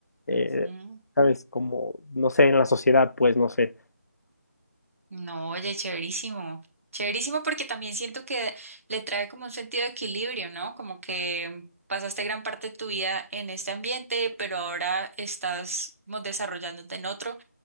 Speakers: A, on the left; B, on the right.
A: eh,
B: ujú.
A: ¿sabes? Como, no sé, en la sociedad, pues, no sé.
B: No, oye, chéverísimo. Chéverísimo porque también siento que le trae como un sentido de equilibrio, ¿no? Como que pasaste gran parte de tu vida en este ambiente, pero ahora estás como, desarrollándote en otro.